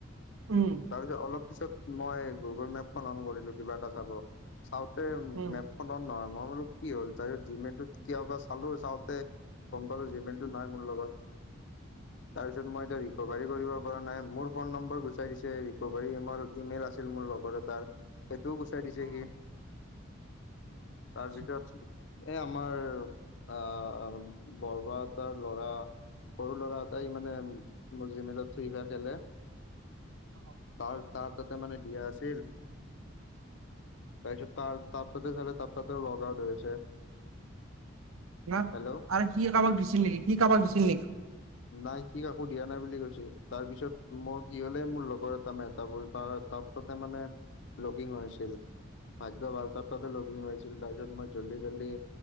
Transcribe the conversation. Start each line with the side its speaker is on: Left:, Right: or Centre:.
Right: উম',
Left: তাৰপিছত, অলপ পিছত মই গুগল মেপখন অন কৰিলোঁ, কিবা এটা চাব চাওঁতে
Right: উম,
Left: মেপ ', ফোনটো অন নহয়, মই বোলো কি হ'ল ডাইৰেক্ট জিমেইলটোত কিয় বা চালোঁ চাওঁতে', গম পালোঁ জিমেইলটো নাই মোৰ লগত',
Right: <unintelligible>
Left: তাৰপিছত, মই এতিয়া ৰিকভাৰী কৰিব পৰা নাই মোৰ', ফোন নম্বৰ গুচাই দিছে, ৰিকভাৰী তোমাৰ ইমেইল আছিল মোৰ লগৰ এটাৰ', এইটোও গুচাই দিছে
Right: অ
Left: সি তাৰপিছত',
Right: আচ্ছা
Left: এই, আমাৰ আহ, বৰমাহঁতৰ ল'ৰা', সৰু ল'ৰা এটাই মানে মোৰ জিমেইলত ফ্ৰী ফায়াৰ খেলে',
Right: অ',
Left: তাৰ, তাৰ তাতে মানে দিয়া আছিল', তাৰপিছত, তাৰ ততে চালে তাত ততেও লগ আউট হয় আছে',
Right: ন
Left: হেল্ল'
Right: আৰু সি কাৰোবাক দিছিল নেকি সি কাৰোবাক দিছিল নেকি?
Left: নাই সি কাকো দিয়া নাই বুলি কৈছে তাৰপিছত', মই কি হলে মোৰ লগৰ এটা মে এটা ভল তাৰ তাত তাতে মানে লগিং হৈ আছিল। ভাগ্য ভাল তাৰ তাতে লগিং হৈছে ছিল তাৰ পিছত মই জল্দি জল্ডি